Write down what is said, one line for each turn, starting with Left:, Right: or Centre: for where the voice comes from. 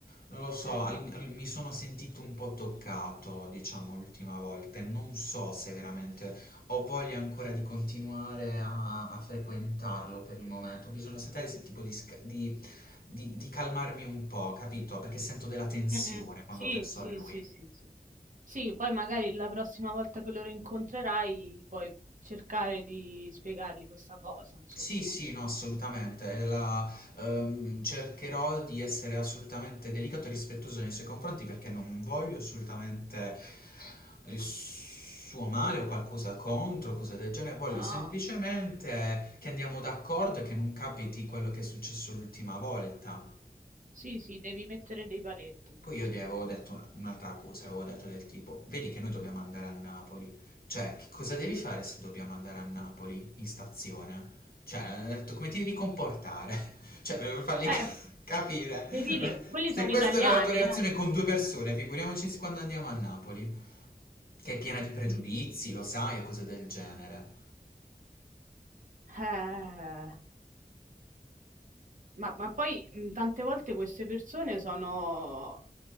Left: Non lo so,
Right: Mm-mm.
Left: al- al- mi sono sentito un po' toccato, diciamo, l'ultima volta e non so se veramente ho voglia ancora di continuare a a frequentarlo per il momento. Ho bisogno, sai, s tipo di sca di di di calmarmi un po', capito, perché sento della tensione
Right: Mm-mm.
Left: quando
Right: Sì,
Left: penso
Right: sì,
Left: a lui.
Right: sì, sì, sì. Sì, poi magari la prossima volta che loro incontrerai, puoi cercare di spiegargli questa cosa, insomma.
Left: Sì, sì, no, assolutamente. È la ehm, cercherò di essere assolutamente delicato e rispettoso nei suoi confronti perché non voglio assolutamente il suo male o qualcosa contro, cose del genere. Voglio
Right: No.
Left: semplicemente che andiamo d'accordo e che non capiti quello che è successo l'ultima volta.
Right: Sì, sì, devi mettere dei paletti,
Left: Poi io
Right: secondo
Left: gli avevo detto
Right: me.
Left: un'altra cosa, avevo detto del tipo, vedi che noi dobbiamo andare a Napoli, cioè che cosa devi fare se dobbiamo andare a Napoli in stazione? Cioè, eh, ho detto come ti devi comportare? <laughs> Cioè, per fargli
Right: Eh,
Left: <laughs> capire,
Right: devi dire, quelli
Left: <laughs> se
Right: sono
Left: questa
Right: italiani,
Left: era la tua reazione
Right: eh.
Left: con due persone, figuriamoci quando andiamo a Napoli, che è piena di pregiudizi, lo sai, e cose del genere.
Right: Eh, ma, ma poi mh, tante volte queste persone sono...